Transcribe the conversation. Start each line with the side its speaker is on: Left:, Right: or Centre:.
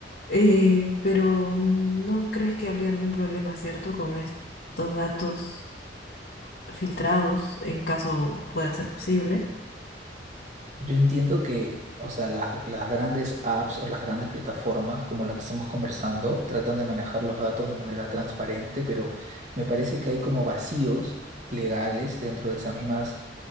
Left: Eh, pero ¿no crees que habría algún problema, cierto, con estos datos filtrados en caso pueda ser posible?
Right: Yo entiendo que, o sea, las, las grandes apps o las grandes plataformas como las que estamos conversando tratan de manejar los datos de manera transparente, pero me parece que hay como vacíos legales dentro de esas mismas